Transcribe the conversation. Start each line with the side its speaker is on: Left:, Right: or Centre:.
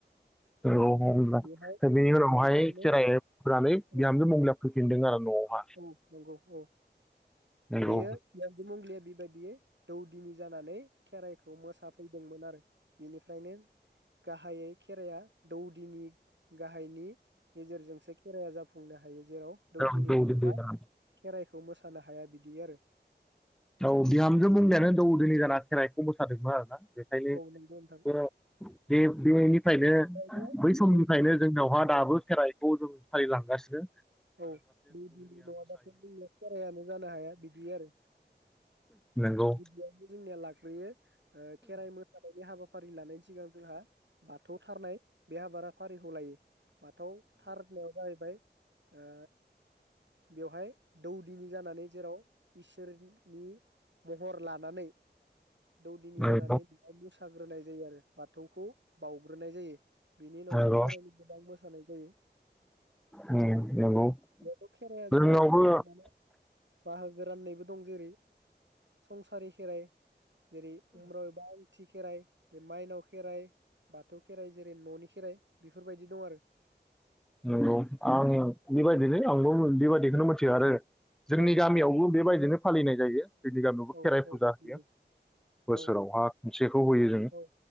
Centre: औ होना
Right: बेहाय
Centre: दा बेनि उनावहाय
Right: बिनिफ्रायनो
Centre: खेरायनानै
Right: औ
Centre: बिहामजो मंलिया फैफिनदों आरो न'आवहा
Right: औ नंगौ औ
Centre: नोंगौ
Right: बेयो मुंलिया बेबायदियै दौदिनि जानानै खेराइखौ मोसाफैदोंमोन आरो बेनिफ्रायनो गाहायै खेराया दौदिनि गाहायनि गेजेरजोंसो खेराया जाफुं फुंनो हायो जेराव दौदिनि
Centre: औ
Right: गैया
Centre: जाना
Right: खेराइखौ थ मोसानो हाया बिदि आरो
Centre: औ बिहामजो बुंनायानो दौदोनि जाना खेराइखौ मोसादोंमोन आरो ना । बेखायनो
Right: औ नंगौ नोंथां
Centre: बे बेनिफ्रायनो
Right: उम
Centre: बै समनिफ्रायनो
Right: दौ
Centre: जोंनावहा
Right: औ
Centre: दाबो खेराइखौ जों फालि लांगासि
Right: औ दौदोनि नङाबाथ' जोंनिया खेरायानो जानो हाया बिदि आरो ।
Centre: नंगौ
Right: गिबियावनो जोंनिया लाग्रयो ओ खेराइ मोसानायनि हाबा फारि लानायनि सिगां जोंहा बाथौथारनाय बे हाबा फारिखौ लायो बाथौ थारनायाव जाहैबाय अ बेवहाय दौदिनि जानानै जेराव इसोरनि महर लानानै दौदिनि
Centre: नंगौ
Right: जानानै मोसाग्रोनाय जायो आरो बा थौखौ बाउग्रोनाय जायो । बिनि उनावसो
Centre: नंगौ
Right: खेराइनि गोबां मोसानाय जायो
Centre: उम नंगौ
Right: बे खेराइआ
Centre: जोंनावबो
Right: जोंहा गोबां माने बाहागो राननायबो दं जेरै संसारि खेराइ जेरै उम्राव एबा फुथि खेराइ माइनाव खेराइ बाथौ खेराइ जेरै न'नि खेराइ बेफोरबायदि दं आरो ।
Centre: नंगौ आं बेबायदिनो आंबो बेबायदिखौनो मिथियो आरो जोंनि
Right: औ
Centre: गामियावबो बेबायदि बिदिनो फालिनाय जायो । जोंनि गामियावबो खेराइ
Right: औ
Centre: फुजा
Right: औ
Centre: होयो
Right: नंगौ
Centre: बोसोरावहा
Right: औ
Centre: खनसेखौ होयो जोङो
Right: औ